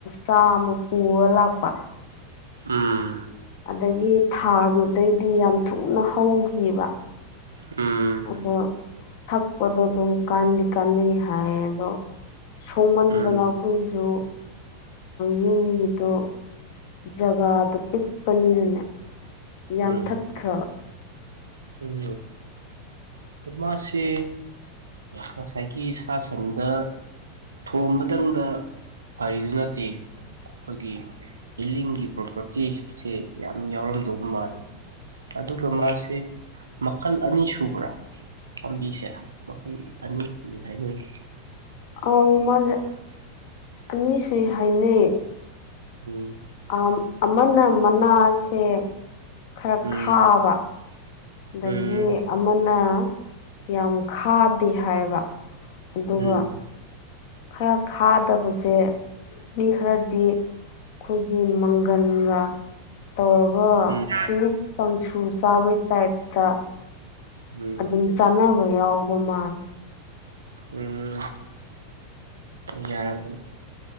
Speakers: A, on the left; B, on the right.
A: ꯆꯥ ꯑꯃ ꯄꯨꯔ ꯂꯥꯛꯄ
B: ꯑꯝ
A: ꯑꯗꯒꯤ ꯊꯥꯈꯤꯕꯗꯩꯗꯤ ꯌꯥꯝ ꯊꯨꯅ ꯍꯧꯈꯤꯕ
B: ꯎꯝ
A: ꯑꯗꯣ ꯊꯛꯄꯗꯣ ꯑꯗꯨꯝ ꯀꯥꯟꯗꯤ ꯀꯥꯟꯅꯩ ꯍꯥꯏꯌꯦ ꯑꯗꯣ ꯁꯣꯡꯍꯟꯗꯅ
B: ꯎꯝ
A: ꯑꯩꯈꯣꯏꯁꯨ ꯌꯨꯝꯒꯤꯗꯣ ꯖꯒꯥꯗꯨ ꯄꯤꯛꯄꯅꯤꯅꯅꯦ ꯌꯥꯟꯊꯠꯈ꯭ꯔꯕ
B: ꯎꯝ ꯎꯝ ꯃꯥꯁꯦ ꯉꯁꯥꯏꯒꯤ ꯁꯥ ꯁꯟꯗ ꯊꯣꯝꯕꯇꯪꯗ ꯐꯔꯤꯗꯨ ꯅꯠꯇꯦ ꯑꯩꯈꯣꯏꯒꯤ ꯍꯤꯂꯤꯡꯒꯤ ꯄ꯭ꯔꯣꯄꯔꯇꯤꯁꯦ ꯌꯥꯝ ꯌꯥꯎꯔꯝꯗꯧꯕ ꯃꯥꯜꯜꯂꯤꯦ ꯑꯗꯨꯒ ꯃꯥꯁꯤ ꯃꯈꯜ ꯑꯅꯤ ꯁꯨꯕ꯭ꯔꯥ ꯄꯥꯝꯕꯤꯁꯦ ꯃꯈꯜ ꯑꯅꯤ ꯍꯥꯏꯅꯩ
A: ꯑꯥꯎ
B: ꯎꯝ
A: ꯃꯥꯁꯦ ꯑꯅꯤ ꯁꯨꯏ ꯍꯥꯏꯅꯩꯌꯦ
B: ꯎꯝ
A: ꯑ ꯑꯃꯟ ꯃꯅꯥꯁꯦ ꯈꯔ
B: ꯎꯝ
A: ꯈꯥꯕ ꯑꯗꯒꯤ
B: ꯎꯝ
A: ꯑꯃꯅ ꯌꯥꯝ ꯈꯥꯗꯦ ꯍꯥꯏꯕ ꯑꯗꯨꯒ
B: ꯎꯝ
A: ꯈꯔ ꯈꯥꯗꯕꯁꯦ ꯃꯤ ꯈꯔꯗꯤ ꯑꯩꯈꯣꯏꯒꯤ ꯪꯒꯥꯥ ꯇꯧꯔꯒ
B: ꯎꯝ
A: ꯄꯤꯔꯛ ꯀꯥꯡꯁꯨ ꯆꯥꯕꯩ ꯇꯥꯏꯞꯇ
B: ꯎꯝ
A: ꯑꯗꯨꯝ ꯆꯥꯅꯕ ꯌꯥꯎꯕ ꯃꯥꯜꯂꯦ
B: ꯎꯝ ꯌꯥꯔꯃꯅꯤ